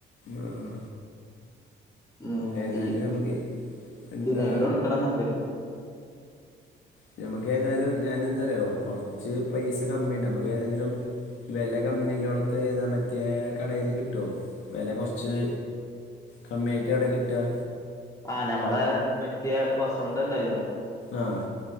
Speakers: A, on the left (about 80°); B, on the left (about 15°).
A: ആഹ്
B: ഉം
A: ഏതായാലും
B: ഈ
A: നമുക്ക് എന്താ
B: ഇതിനെങ്കിലും എടുക്കണംന്നുണ്ട്
A: നഞമ്മക്ക ഏതായാലും ഞാൻ എന്താരിയോ കുറച്ച് പൈസ കമ്മിണ്ട് നമുക്ക് ഏതെങ്കിലും വില കമ്മില്ലോടത്ത് ഏതാ പറ്റിയ കടയില് കിട്ടോ വില കുറച്ച് കമ്മിയായിട്ട് എവിടെ കിട്ടാ
B: ആഹ് നമ്മളെ മറ്റേ വസന്ത ഇണ്ടല്ലോ
A: ആഹ്